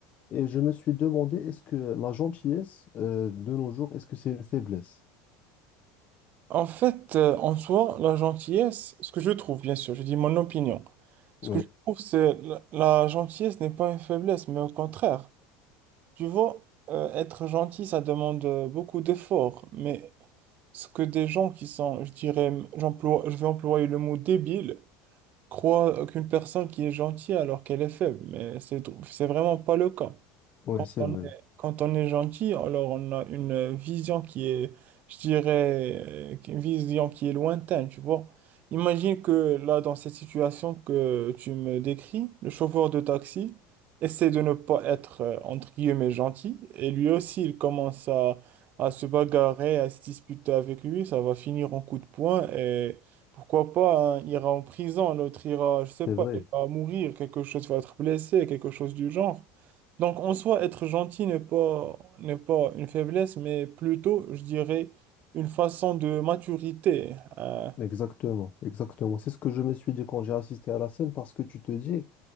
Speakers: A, on the left; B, on the right.
A: Et je me suis demandé, est-ce que la gentillesse, euh, de nos jours, est-ce que c'est une faiblesse?
B: En fait, euh, en soi, la gentillesse, ce que je trouve, bien sûr, je dis mon opinion, ce
A: Oui,
B: que je trouve, c'est la, la gentillesse n'est pas une faiblesse, mais au contraire. Tu vois, euh, être gentil, ça demande euh, beaucoup d'efforts, mais ce que des gens qui sont, je dirais, j'emploie, je vais employer le mot débile, croient qu'une personne qui est gentille alors qu'elle est faible, mais c'est c'est vraiment pas le cas.
A: oui,
B: Quand
A: c'est
B: on
A: vrai,
B: est, quand on est gentil, alors on a une vision qui est, je dirais, euh, une vision qui est lointaine, tu vois. Imagine que là, dans cette situation que tu me décris, le chauffeur de taxi essaie de ne pas être, euh, entre guillemets, gentil, et lui aussi, il commence à, à se bagarrer, à se disputer avec lui, ça va finir en coup de poing, et pourquoi pas, hein, il ira en prison, l'autre ira, je sais
A: c'est
B: pas,
A: vrai.
B: il va mourir, quelque chose va être blessé, quelque chose du genre. Donc, en soi, être gentil n'est pas, n'est pas une faiblesse, mais plutôt, je dirais, une façon de maturité. Euh,
A: Exactement, exactement. C'est ce que je me suis dit quand j'ai assisté à la scène parce que tu te dis.